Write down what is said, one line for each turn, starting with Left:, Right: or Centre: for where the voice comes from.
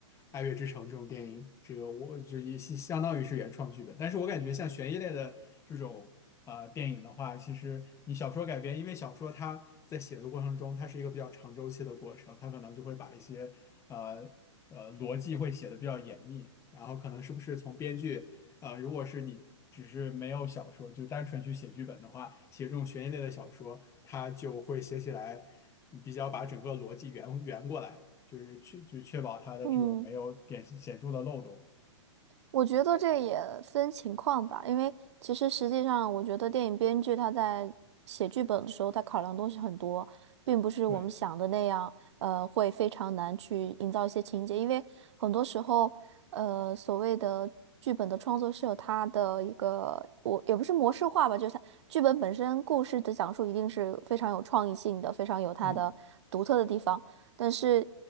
Left: 《爱乐之城》这种电影，这个我就也相相当于是原创剧本。但是我感觉像悬疑类的这种呃电影的话，其实你小说改编，因为小说它在写的过程中，它是一个比较长周期的过程，它可能就会把一些呃呃逻辑会写的比较严密，然后可能是不是从编剧。呃，如果是你只是没有小说，就单纯去写剧本的话，写这种悬疑类的小说，它就会写起来比较把整个逻辑圆圆过来，就是确就确保它的这种没有点显著的漏洞。
Right: 嗯。我觉得这也分情况吧，因为其实实际上，我觉得电影编剧他在写剧本的时候，他考量东西很多，并不是我们想的那样，
Left: 对，
Right: 呃，会非常难去营造一些情节，因为很多时候，呃，所谓的剧本的创作是有它的一个，我也不是模式化吧，就是它剧本本身故事的讲述一定是非常有创意性的，非常有它的独特的地方。
Left: 嗯，
Right: 但是